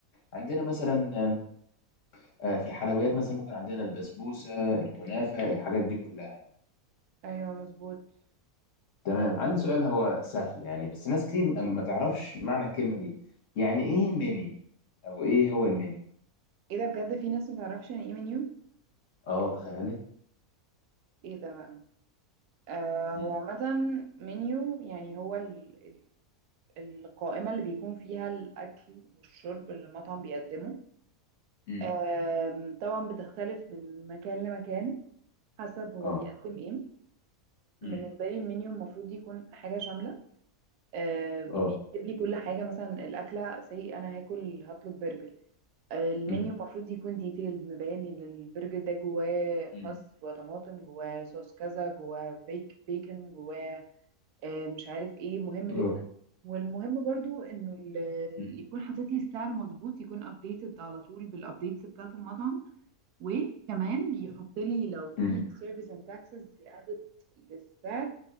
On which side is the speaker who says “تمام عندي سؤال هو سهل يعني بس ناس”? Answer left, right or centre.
Left